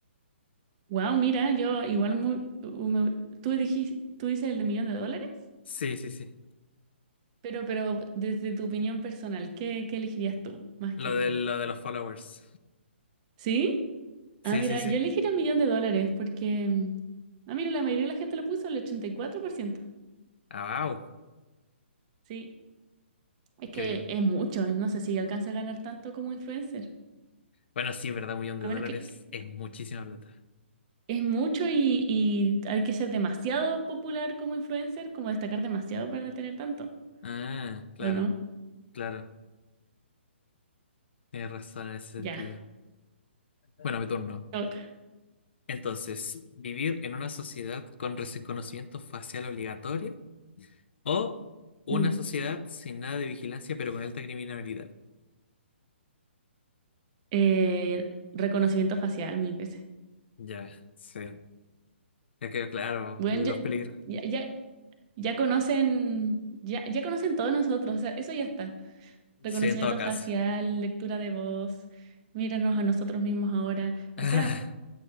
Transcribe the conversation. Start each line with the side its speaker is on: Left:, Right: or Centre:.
Right: Wow, mira, yo igual mu- u- me- tú dijiste, tú dices el de millón de dólares,
Left: Sí, sí, sí.
Right: pero, pero desde tu opinión personal, ¿qué, qué elegirías tú? Más
Left: Lo
Right: que...
Left: de, lo de los followers.
Right: ¿Sí? Ah,
Left: Sí,
Right: mira,
Left: sí, sí.
Right: yo elegí el millón de dólares porque, mm, ah, mira, la mayoría de la gente lo puso, el 84%.
Left: Ah, wow.
Right: Sí, es
Left: Increíble.
Right: que es mucho, no sé si alcanza a ganar tanto como influencer,
Left: Bueno, sí, es verdad, un millón de
Right: a
Left: dólares
Right: menos que
Left: es muchísima plata.
Right: es mucho y, y hay que ser demasiado popular como influencer, como destacar demasiado para tener tanto,
Left: Ah, claro,
Right: ¿o no?
Left: claro. Tienes razón en ese
Right: Ya,
Left: sentido. Bueno, mi turno.
Right: toca.
Left: Entonces, ¿vivir en una sociedad con reconocimiento facial obligatorio o una
Right: Mm.
Left: sociedad sin nada de vigilancia pero con alta criminalidad?
Right: Eh, reconocimiento facial mil veces.
Left: Ya, sí. Ya quedó claro
Right: Bueno,
Left: los
Right: ya,
Left: peligros.
Right: ya, ya, ya conocen, ya, ya conocen todos nosotros, o sea, eso ya está. reconocimiento
Left: Sí, en todo caso.
Right: facial, lectura de voz, míranos a nosotros mismos ahora.
Left: <laughs>
Right: O sea,